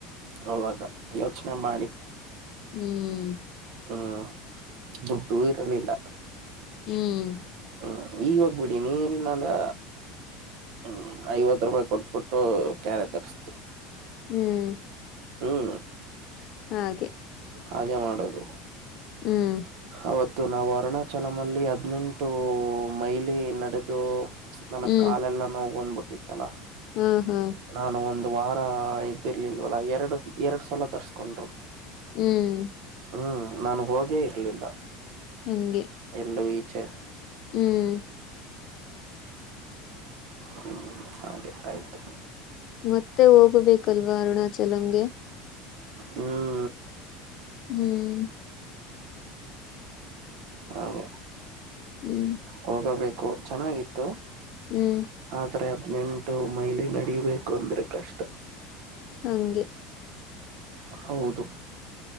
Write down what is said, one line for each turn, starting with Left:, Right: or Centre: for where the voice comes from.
Right: ಅವವಾಗ ಯೋಚನೆ ಮಾಡಿ
Left: ಹ್ಮ್
Right: ಹ್ಮ್ ದುಡ್ಡೂ ಇರಲಿಲ್ಲ
Left: ಹ್ಮ್
Right: ಹ್ಮ್ ಈಗ ಹೋಗ್ಬಿಡಿ ನೀರಿಲ್ಲ ಅಂದ್ರ ಹ್ಮ್ ಐವತ್ತು ರೂಪಾಯಿ ಕೊಟ್ಬಿಟ್ಟು ಕ್ಯಾರೆ ತರಿಸ್ತು
Left: ಹ್ಮ್
Right: ಹ್ಮ್
Left: ಹಾಗೆ
Right: ಹಾಗೆ ಮಾಡದು
Left: ಹ್ಮ್
Right: ಅವತ್ತು ನಾವು ಅರುಣಾಚಲಮಲ್ಲಿ ಹದ್ಿನೆಂಟು ಮೈಲಿ ನಡೆದು ನನಗ್
Left: ಹ್ಮ್
Right: ಕಾಲೆಲ್ಲ ನೋವ ನಗಂದ್ ಬಿಟ್ಟಿತ್ತಲ್ಲಾ
Left: ಹಾ ಹಾ
Right: ನಾನು ಒಂದು ವಾರ ಎದ್ದಿರ್ಲಿಲ್ವಲ್ಲ ಎರಡು ಎರಡ್ ಸಲ ತರ್ಸ್ಕೊಂಡ್ರು
Left: ಹ್ಮ್
Right: ಹ್ಮ್ ನಾನು ಹೋಗೇ ಇರ್ಲಿಲ್ಲ
Left: ನಂಗೆ
Right: ಎಲ್ಲೂವು ಇಚ್ಚೆ
Left: ಹ್ಮ್
Right: ಹ ಹಾಗೆ ಆಯ್ತು
Left: ಮತ್ತೆ ಹೋಗಬೇಕಲ್ವಾ ಅರುಣಾಚಲಂಗೆ
Right: ಹ್ಮ
Left: ಹ್ಮ್
Right: ಹಾಗೆ
Left: ಹ್ಮ್
Right: ಹೋಗಬೇಕು ಚೆನ್ನಾಗಿತ್ತು
Left: ಹ್ಮ್
Right: ಆದ್ರೆ ಹದ್ಿನನೆಂಟು ಮೈಲಿ ನಡೀಬೇಕು ಅಂದ್ರೆ ಕಷ್ಟ
Left: ಹಂಗೆ
Right: ಹೌದು